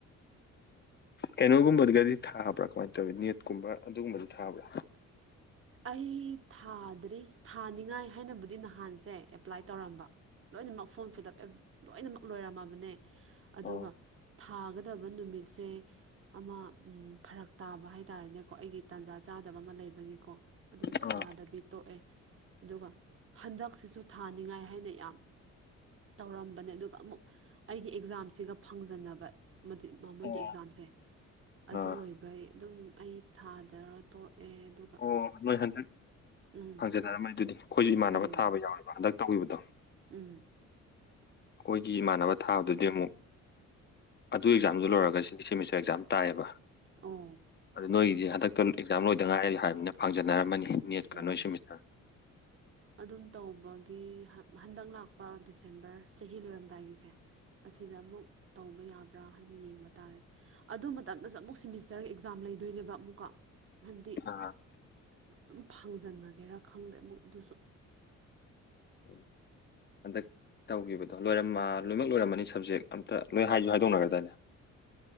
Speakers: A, on the left (about 35°); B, on the right (about 45°).
A: ꯑꯦꯅꯣꯒꯨꯝꯕꯗꯒꯗꯤ ꯊꯥꯕ꯭ꯔꯥ ꯀꯃꯥꯏꯅ ꯇꯧꯋꯤ ꯅꯦꯠꯀꯨꯝꯕ ꯑꯗꯨꯒꯨꯝꯕꯗꯤ ꯊꯥꯕ꯭ꯔꯥ
B: ꯑꯩ ꯊꯥꯗ꯭ꯔꯤ ꯊꯥꯅꯤꯉꯥꯏ ꯍꯥꯏꯅꯕꯨꯗꯤ ꯅꯍꯥꯟꯁꯦ ꯑꯦꯄ꯭ꯂꯥꯏ ꯇꯧꯔꯝꯕ ꯂꯣꯏꯅꯃꯛ ꯐꯣꯔꯝ ꯐꯤꯜ ꯑꯞ ꯂꯣꯏꯅꯃꯛ ꯂꯣꯏꯔꯝꯃꯕꯅꯦ ꯑꯗꯨꯒ
A: ꯑꯣ
B: ꯊꯥꯒꯗꯕ ꯅꯨꯃꯤꯠꯁꯦ ꯑꯃ ꯐꯔꯛ ꯇꯥꯕ ꯍꯥꯏꯇꯥꯥꯔꯦꯅꯦꯀꯣ ꯑꯩꯒꯤ ꯇꯥꯟꯖꯥ ꯆꯥꯗꯕ ꯑꯃ ꯂꯩꯕꯒꯤꯀꯣ ꯑꯗꯨꯝ
A: ꯑꯥ
B: ꯊꯥꯗꯕꯤ ꯇꯣꯛꯑꯦ ꯑꯗꯨꯒ ꯍꯟꯗꯛꯁꯤꯁꯨ ꯊꯥꯅꯤꯡꯉꯥꯏ ꯍꯥꯏꯅ ꯌꯥꯝ ꯇꯧꯔꯝꯕꯅꯦ ꯑꯗꯨꯒ ꯑꯃꯨꯛ ꯑꯩꯒꯤ ꯑꯦꯛꯖꯥꯝꯁꯤꯒ ꯐꯪꯖꯟꯅꯅꯕ ꯃꯣꯏꯒꯤ
A: ꯑꯣ
B: ꯑꯦꯛꯖꯥꯝꯁꯦ ꯑꯗꯨ
A: ꯑꯥ
B: ꯑꯣꯏꯕꯩ ꯑꯗꯨꯝ ꯑꯩ ꯊꯥꯗꯔ ꯇꯣꯛꯑꯦ ꯑꯗꯨꯒ
A: ꯑꯣ ꯅꯣꯏ ꯍꯟꯗꯛ
B: ꯎꯝ
A: ꯍꯪꯖꯅꯔꯝꯃꯦꯣꯏ ꯑꯗꯨꯗꯤ ꯑꯩꯈꯣꯏꯁꯨ ꯏꯃꯥꯟꯅꯕ
B: ꯎꯝ
A: ꯊꯥꯕ ꯌꯥꯎꯋꯦꯕ ꯍꯟꯗꯛ ꯇꯧꯈꯤꯕꯗꯣ
B: ꯎꯝ
A: ꯑꯩꯈꯣꯏꯒꯤ ꯏꯃꯥꯟꯅꯕ ꯊꯥꯗꯨꯗꯤ ꯑꯃꯨꯛ ꯑꯗꯨ ꯑꯦꯛꯖꯥꯝꯗꯨ ꯂꯣꯏꯔꯒ ꯁꯤꯗꯤ ꯁꯦꯃꯤꯁꯇꯔ ꯑꯦꯛꯖꯥꯝ ꯇꯥꯏꯌꯦꯕ
B: ꯑꯣ
A: ꯑꯗꯨ ꯅꯣꯏꯒꯤꯗꯤ ꯍꯟꯗꯛꯇ ꯑꯦꯛꯖꯥꯝ ꯂꯣꯏꯗ ꯉꯥꯏꯔ ꯍꯥꯏꯕꯅꯤꯅ ꯐꯪꯖꯅꯔꯝꯃꯅꯤ ꯅꯦꯠꯀ
B: ꯎꯝ
A: ꯅꯣꯏ ꯁꯦꯃꯤꯁꯇꯔ
B: ꯑꯗꯨꯝ ꯇꯧꯕꯒꯤ ꯍꯟꯗꯛ ꯂꯥꯛꯄ ꯗꯤꯁꯦꯝꯕꯔ ꯆꯍꯤ ꯂꯣꯏꯔꯝꯗꯥꯏꯒꯤꯁꯦ ꯑꯁꯤꯗ ꯑꯃꯨꯛ ꯇꯧꯕ ꯌꯥꯕ꯭ꯔꯥ ꯍꯥꯏꯅ ꯌꯦꯡꯕ ꯇꯥꯔꯦ ꯑꯗꯨ ꯃꯇꯝꯗꯁꯨ ꯑꯃꯨꯛ ꯁꯤꯦꯃꯤꯁꯇꯔꯒꯤ ꯑꯦꯛꯖꯥꯝ ꯂꯩꯗꯣꯏꯅꯦꯕ ꯑꯃꯨꯛꯀ ꯍꯥꯏꯕꯗꯤ
A: ꯑ
B: ꯑꯗꯨꯝ ꯐꯥꯡꯖꯟꯅꯒꯦꯔꯥ ꯈꯪꯗꯦ ꯑꯃꯨꯛ ꯑꯗꯨꯁꯨ
A: ꯎꯝ ꯍꯟꯗꯛ ꯇꯧꯈꯤꯕꯗꯣ ꯂꯣꯏꯔꯝꯃ ꯂꯣꯏꯅꯃꯛ ꯂꯣꯏꯔꯝꯃꯅꯤ ꯁꯞꯖꯦꯛ ꯑꯝꯇ ꯂꯣꯏ ꯍꯥꯏꯁꯨꯨ ꯍꯥꯏꯗꯣꯛꯅꯒ꯭ꯔꯗꯅꯦ